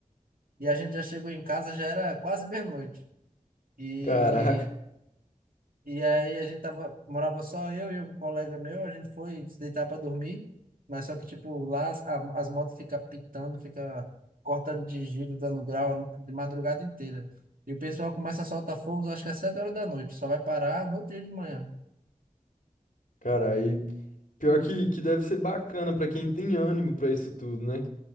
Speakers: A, on the right (about 85°); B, on the left (about 70°).
A: E a gente já chegou em casa, já era quase meia-noite. E
B: Caraca,
A: E aí a gente tava, morava só eu e um colega meu, a gente foi se deitar para dormir, mas só que tipo lá as, a- as motos ficam pitando, fica cortando de giro, dando grau de madrugada inteira. E o pessoal começa a soltar fogos, acho que às 7 horas da noite, só vai parar no outro dia de manhã.
B: cara, aí pior que, que deve ser bacana pra quem tem ânimo pra isso tudo, né?